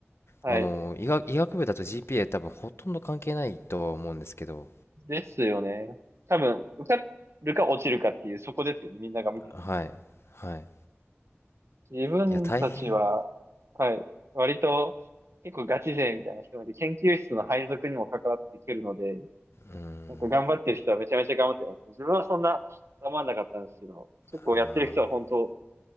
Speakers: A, on the right (about 70°); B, on the left (about 65°).
A: はい。
B: あの、医学、医学部だと GPA 多分ほとんど関係ないとは思うんですけど、
A: ですよね。多分、受かるか落ちるかっていうそこですよね。みんなが見てるのって。
B: はい、はい。
A: 自分たちは、
B: いや、大変
A: はい、割と結構ガチ勢みたいな人で、研究室の配属にも関わってくるので、
B: うん
A: なんか頑張ってる人はめちゃめちゃ頑張ってます。自分はそんな頑張んなかったんですけど、結構やってる人は本当、
B: あ